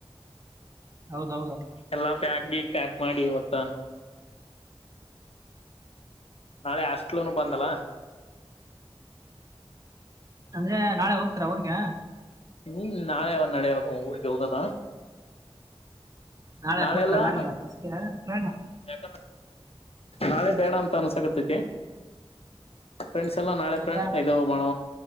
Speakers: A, on the right; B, on the left.
A: ಹೌದ್ ಹೌದು
B: ಎಲ್ಲಾ ಬ್ಯಾಗ್ಿ ಪ್ಯಾಕ್ ಮಾಡಿ ಇವತ್ತ ನಾಳೆ ಹಾಸ್ಲ್ ಬಂದಲ
A: ಅಂದ್ರೆ ನಾಳೆ ಹೋಗ್ತಾರ ಅವ್ರಿಗೆ
B: ಹ್ಮ್ ನಾಳೆ ನಡೆಯದ ಊರ್ರಿಗೆ ಹೋಗದಾ
A: ನಾಳೆ
B: ನಾಳೆಲ್ಲಾ
A: ಕೊಡ್ತಾರ ಗಾಡಿಗೆ ಬಸ್ಗೆ ಟ್ರೈನ್
B: ಯ ನಾಳೆ ಬೇಡ ಅಂತ ಅನ್ಸಕತ್ತೈತಿ ಫ್ರೆಂಡ್ಸ್ ಎಲ್ಲ ನಾಳೆ
A: ಯಾಕೆ
B: ್ರ ಇದು ಮಾಡ